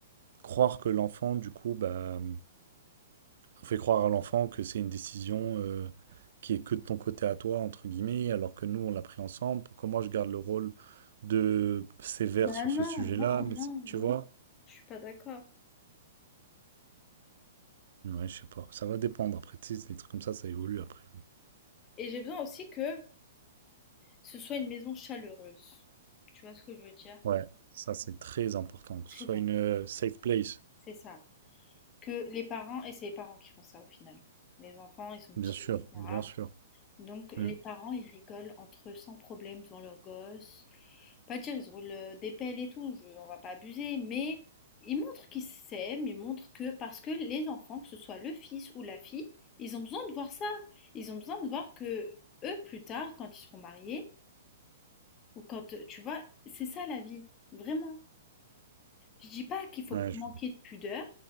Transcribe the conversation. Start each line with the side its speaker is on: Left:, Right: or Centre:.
Right: croire que l'enfant, du coup, bah, on fait croire à l'enfant que c'est une décision euh, qui est que de ton côté à toi, entre guillemets, alors que nous, on l'a pris ensemble. Pourquoi moi, je garde le rôle de sévère
Left: Bah
Right: sur
Left: non,
Right: ce sujet-là,
Left: non,
Right: mais
Left: non,
Right: c'est- tu
Left: non.
Right: vois?
Left: Je suis pas d'accord.
Right: Ouais, je sais pas. Ça va dépendre. Après, tu sais, les trucs comme ça, ça évolue après.
Left: Et j'ai besoin aussi que ce soit une maison chaleureuse. Tu vois ce que je veux dire?
Right: Ouais, ça, c'est très important. Que
Left: Très
Right: ce soit
Left: important.
Right: une euh, safe place.
Left: C'est ça. Que les parents, et c'est les parents qui font ça au final. Les enfants, ils sont petits,
Right: Bien sûr,
Left: etc.
Right: bien sûr.
Left: Donc les
Right: Mm.
Left: parents, ils rigolent entre eux sans problème devant leurs gosses. Pas dire, ils se roulent euh, des pelles et tout, je- on va pas abuser, mais ils montrent qu'ils s'aiment, ils montrent que, parce que les enfants, que ce soit le fils ou la fille, ils ont besoin de voir ça. Ils ont besoin de voir que eux, plus tard, quand ils seront mariés, ou quand, euh, tu vois, c'est ça la vie, vraiment. Je dis pas qu'il faut
Right: Ouais, je-
Left: manquer de pudeur,